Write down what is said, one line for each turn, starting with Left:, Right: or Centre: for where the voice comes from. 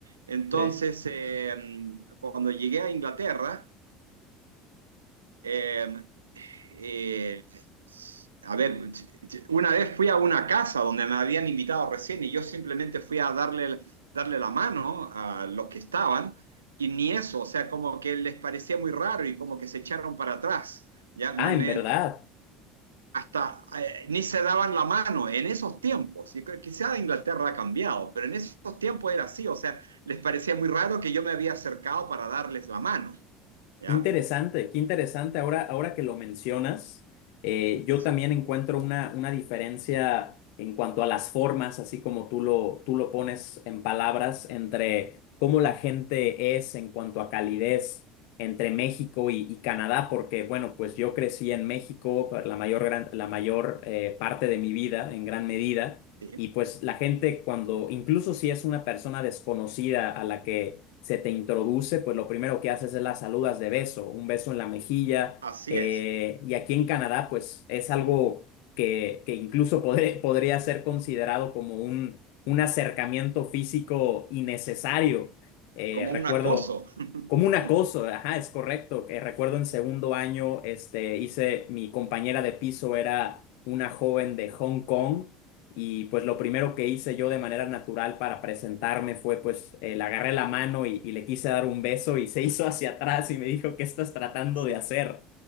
Right: Entonces,
Left: sí.
Right: eh, cuando llegué a Inglaterra, eh, eh, a ver, una vez fui a una casa donde me habían invitado recién y yo simplemente fui a darle, darle la mano a los que estaban y ni eso, o sea, como que les parecía muy raro y como que se echaron para atrás, ya No,
Left: Ah,
Right: ni-
Left: en verdad.
Right: hasta eh, ni se daban la mano en esos tiempos. Y creo- quizá Inglaterra ha cambiado, pero en esos tiempos era así, o sea, les parecía muy raro que yo me había acercado para darles la mano, ¿ya?
Left: Qué Interesante, qué interesante. Ahora, ahora que lo mencionas, eh, yo
Right: Sí,
Left: también encuentro una, una diferencia en cuanto a las formas, así como tú lo, tú lo pones en palabras, entre cómo la gente es en cuanto a calidez entre México y, y Canadá, porque bueno, pues yo crecí en México por la mayor, gran- la mayor eh, parte de mi vida, en gran medida.
Right: sí,
Left: Y pues la gente cuando, incluso si es una persona desconocida a la que se te introduce, pues lo primero que haces es las saludas de beso, un beso en la mejilla.
Right: así
Left: eh,
Right: es.
Left: y aquí en Canadá, pues es algo que, que incluso <laughs> podré- podría ser considerado como un, un acercamiento físico innecesario. Eh,
Right: como
Left: recuerdo
Right: un acoso. <laughs>
Left: como un acoso, ajá, es correcto. Eh, recuerdo en segundo año, este, hice, mi compañera de piso era una joven de Hong Kong y pues lo primero que hice yo de manera natural para presentarme fue pues eh, le agarré la mano y, y le quise dar un beso y se hizo hacia atrás y me dijo, ¿qué estás tratando
Right: Sí.
Left: de hacer?